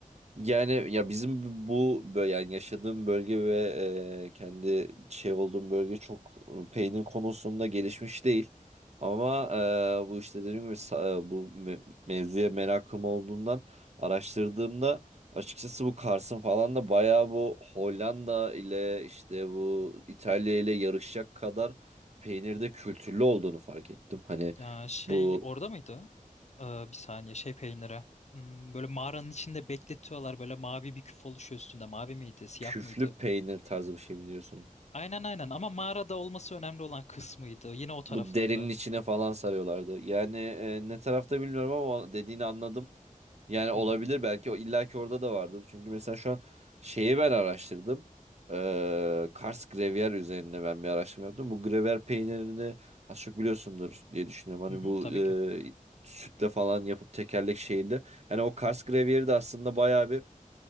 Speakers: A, on the right; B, on the left.
A: Yani ya bizim bu bö- yani yaşadığım bölge ve e, kendi şey olduğum bölge çok e, peynir konusunda gelişmiş değil. Ama e, bu işte dediğim gibi sa- e, bu me- mevzuya merakım olduğundan araştırdığımda açıkçası bu Kars'ın falan da bayağı bu Hollanda ile işte bu İtalya ile yarışacak kadar peynirde kültürlü olduğunu fark ettim. Hani
B: Ya şey
A: bu
B: orada mıydı? Ee, bir saniye şey peyniri. Hmm, böyle mağaranın içinde bekletiyorlar böyle mavi bir küf oluşuyor üstünde. Mavi miydi, siyah
A: küflü
B: mıydı?
A: peynir tarzı bir şey biliyorsun.
B: Aynen aynen ama mağarada olması önemli olan kısmıydı. Yine o taraflarda.
A: Bu derinin içine falan sarıyorlardı. Yani e, ne tarafta bilmiyorum ama dediğini anladım. Yani olabilir
B: Hı hı.
A: belki o illaki orada da vardır. Çünkü mesela şu an şeyi ben araştırdım. Ee, Kars Gruyère üzerine ben bir araştırma yaptım. Bu Gruyère peynirini az çok biliyorsundur diye düşünüyorum.
B: Hı
A: Hani
B: hı,
A: bu
B: tabii
A: e,
B: ki.
A: sütle falan yapıp tekerlek şeyli. Hani o Kars Gruyère'i de aslında bayağı bir